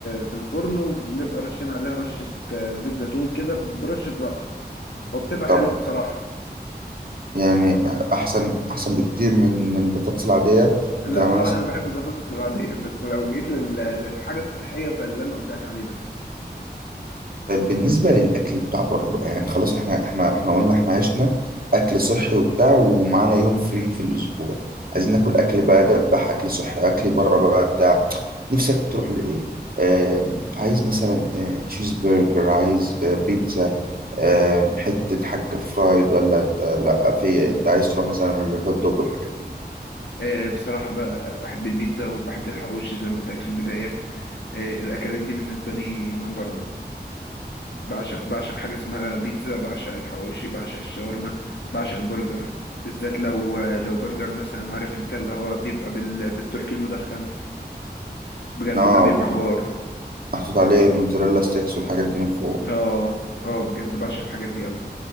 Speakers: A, on the left (about 85°); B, on the right (about 55°).
A: في الفرن وبنبقى رشين عليها رشة آه، زيت زيتون كده برشة زعتر وبتبقى
B: طب
A: حلوة بصراحة
B: يعني احسن احسن بكتير من من البطاطس العادية
A: لا
B: ممكن اعملها
A: بصراحة
B: مثلا
A: أنا بحب البطاطس العادية بس لو جيت لل- للحاجة الصحية فاللي أنا قلت لك عليه ده
B: طيب بالنسبة للاكل بتاع بره بقى يعني خلاص احنا احنا احنا قلنا احنا عشنا اكل صحي وبتاع ومعانا يوم فري في الاسبوع عايزين ناكل اكل بقى دبح اكل صحي اكل بره بقى بتاع نفسك تروح لايه آه عايز مثلا آه تشيز برجر عايز آه بيتزا آه، حتة حاجة فرايد ولا انت لا في انت عايز تروح مثلا للهوت دوج والحاجات دي
A: آه، بصراحة ب- بحب البيتزا وبحب الحواوشي زي ما قلت لك في البداية آه، الأكلات دي بالنسبة لي نمبر وان بعشق بعشق حاجة اسمها بيتزا بعشق الحواوشي بعشق الشاورما بعشق البرجر بالذات لو لو برجر مثلا عارف انت اللي هو بيبقى بال... بالتركي المدخن بجد
B: نوع
A: ده بيبقى حوار
B: محطوط عليه موتزاريلا ستيكس والحاجات دي من فوق
A: اه اه بجد بعشق الحاجات دي قوي